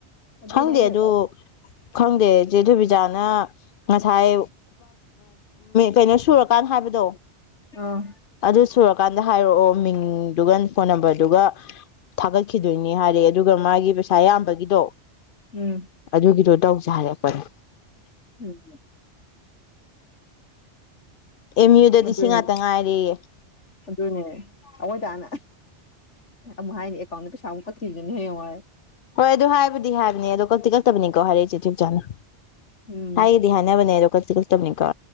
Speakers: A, on the left; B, on the left.
A: ꯑꯗꯨꯅꯦ
B: ꯈꯪꯗꯦ
A: ꯑꯩꯅ
B: ꯑꯗꯨ ꯈꯪꯗꯦꯆꯦ ꯨꯕꯤꯖꯥꯟ ꯉꯁꯥꯏ ꯀꯩꯅꯣ ꯁꯨꯔꯀꯥꯟꯗ ꯍꯥꯏꯕꯗꯣ
A: ꯑꯥ
B: ꯑꯗꯨ ꯁꯨꯔꯀꯥꯟꯗ ꯍꯥꯏꯔꯛꯑꯣ ꯃꯤꯡꯗꯨꯒ ꯐꯣꯟ ꯅꯝꯕꯔꯗꯨꯒ ꯊꯥꯒꯠꯈꯤꯗꯣꯏꯅꯤ ꯍꯥꯏꯔꯦ ꯑꯗꯨꯒ ꯃꯥꯒꯤ ꯄꯩꯁꯥ ꯑꯌꯥꯝꯕꯒꯤꯗꯣ
A: ꯎꯝ
B: ꯑꯗꯨꯒꯤꯗꯣ ꯇꯧꯁꯦ ꯍꯥꯏꯔꯛꯄꯅꯦ
A: ꯎꯝ
B: ꯑꯦꯝ ꯌꯨꯗꯗꯤ
A: <inaudible> ꯑꯗꯨꯅꯦ
B: ꯁꯤ ꯉꯥꯛꯇ ꯉꯥꯏꯔꯦꯌꯦ
A: ꯑꯗꯨꯅꯦ ꯑꯩꯏꯇꯥꯅ ꯑꯃꯨꯛ ꯍꯥꯏꯅꯤ ꯑꯦꯀꯥꯎꯟꯗ ꯄꯩꯁꯥ ꯑꯃꯨꯛ ꯀꯛꯈꯤꯁꯤꯅ ꯍꯌꯦꯡꯋꯥꯏ
B: ꯍꯣꯏ ꯑꯗꯨ ꯍꯥꯏꯕꯨꯗꯤ ꯍꯥꯏꯕꯅꯤ ꯑꯗꯣ ꯀꯛꯇꯤ ꯀꯛꯇꯕꯅꯤꯀꯣ ꯍꯥꯏꯔꯛ ꯆꯤꯊꯨ ꯆꯥꯅ
A: ꯎꯝ
B: ꯍꯥꯏ ꯏꯗꯤ ꯍꯅ ꯃꯅꯦ ꯀꯁꯤ ꯀ ꯇꯅꯤ ꯀꯦ